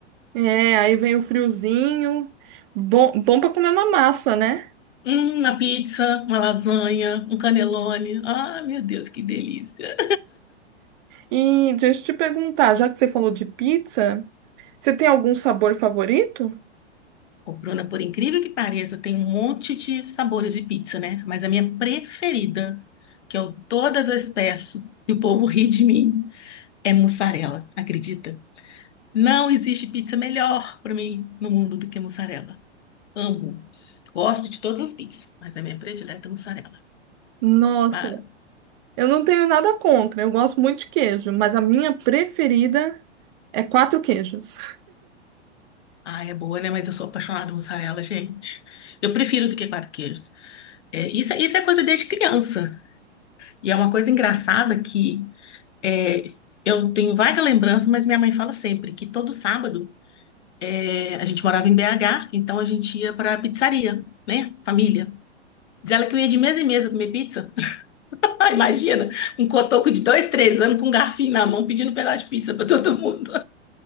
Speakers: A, on the right (about 45°); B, on the left (about 80°).
A: é, aí vem o friozinho, bom, bom para comer uma massa, né?
B: Hum, uma pizza, uma lasanha, um canelone. Ah, meu Deus, que delícia.
A: E deixa eu te perguntar, já que você falou de pizza, você tem algum sabor favorito?
B: Ô, Bruna, por incrível que pareça, tem um monte de sabores de pizza, né? Mas a minha preferida, que eu toda vez peço e o povo ri de mim, é mussarela, acredita? Não existe pizza melhor para mim no mundo do que mussarela. Amo. Gosto de todas as pizzas, mas a minha predileta é mussarela.
A: Nossa,
B: Ba-
A: eu não tenho nada contra, eu gosto muito de queijo, mas a minha preferida é quatro queijos.
B: Ah, é boa, né? Mas eu sou apaixonada por mussarela, gente. Eu prefiro do que quatro queijos. É, isso, é- isso é coisa desde criança. E é uma coisa engraçada que é, eu tenho vaga lembrança, mas minha mãe fala sempre que todo sábado é, a gente morava em BH, então a gente ia para a pizzaria, né? Família. Diz ela que eu ia de mesa em mesa comer pizza. <laughs> Ah, Imagina, um cotoco de dois, três anos com um garfinho na mão pedindo um pedaço de pizza para todo mundo.